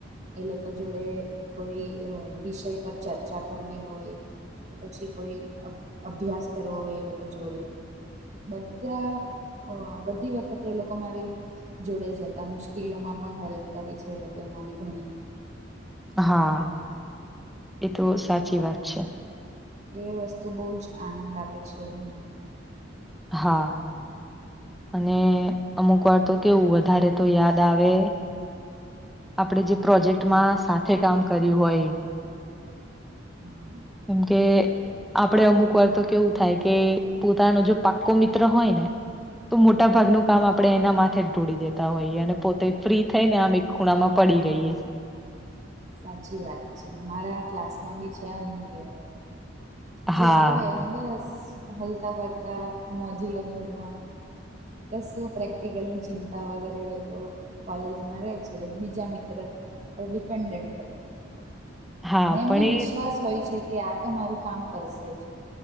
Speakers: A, on the right; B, in the centre.
A: એ લોકો જોડે કોઈ વિષય પર ચર્ચા કરવી હોય તો પછી કોઈ અભ્યાસ કરવો હોય એ લોકો જોડે બધા અ બધી વખતે લોકો મારી જોડે જતા મુશ્કેલોમાં પણ હેલ્પ કરી છે, એ લોકોએ મારી ઘણી
B: હા એ તો સાચી વાત છે.
A: એ વસ્તુ બહુ જ આનંદ આપે છે, મને તો
B: હા. અને અમુક વાર તો કેવું વધારે તો યાદ આવે આપણે જે પ્રોજેક્ટમાં સાથે કામ કર્યું હોય
A: હમ
B: કે આપણે અમુક વાર તો કેવું થાય કે પોતાનો જે પાક્કો મિત્ર હોય ને તો મોટા ભાગનું કામ આપણે એના માથે જ ઢોળી દેતા હોઈએ અને પોતે ફ્રી થઈ ને આમ એક ખૂણામાં પડી રહીએ
A: સાચી વાત છે, અમારા ક્લાસમાં બી છે, અમુક એવા જે
B: હા
A: આવે એમ બસ હલતા ફરતા મોજીલો મૂડ માં કશું પ્રેક્ટિકલની ચિંતા વગરે એ લોકો કોલેજમાં રહેે છે, બીજા મિત્ર પર ડિપેન્ડેન્ટ હોય.
B: હા
A: ને એમને
B: પણ
A: વિશ્વાસ
B: એ
A: હોય છે, કે આ તો મારું કામ કરશે જ